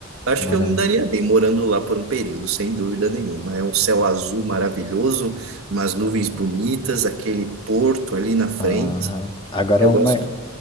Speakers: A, on the right; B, on the left.
A: acho
B: Moraria.
A: que eu me daria bem morando lá por um período, sem dúvida nenhuma. É um céu azul maravilhoso, umas nuvens bonitas, aquele porto ali na frente.
B: Aham. Agora
A: Eu
B: uma,
A: gosto